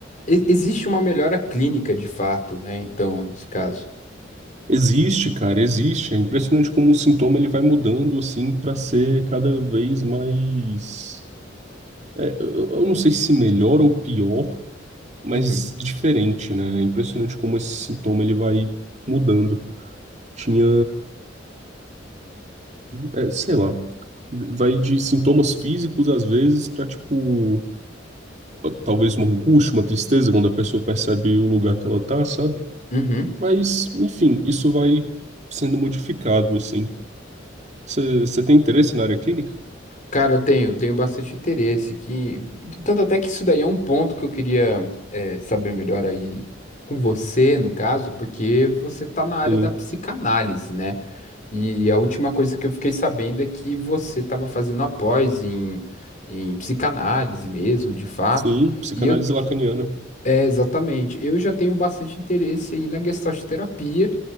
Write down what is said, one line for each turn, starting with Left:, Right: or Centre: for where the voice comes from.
Left: e- existe uma melhora clínica de fato, né? Então, nesse caso.
Right: Existe, cara, existe. É impressionante como o sintoma ele vai mudando assim para ser cada vez mais, é, eu eu não sei se melhor ou pior, mas
Left: Uhum,
Right: diferente, né? É impressionante como esse sintoma ele vai mudando. Tinha, é, sei lá, vai de sintomas físicos às vezes para tipo talvez uma angústia, uma tristeza quando a pessoa percebe o lugar que ela tá, sabe?
Left: uhum.
Right: Mas, enfim, isso vai sendo modificado, assim. Você tem interesse na área clínica?
Left: Cara, eu tenho, tenho bastante interesse que tanto até que isso daí é um ponto que eu queria é, saber melhor aí com você, no caso, porque você tá na área
Right: Sim,
Left: da psicanálise, né? E a última coisa que eu fiquei sabendo é que você estava fazendo a pós em, em psicanálise mesmo, de fato.
Right: sim, psicanálise
Left: E eu,
Right: lacaniana.
Left: é, exatamente, eu já tenho bastante interesse aí na gestalt terapia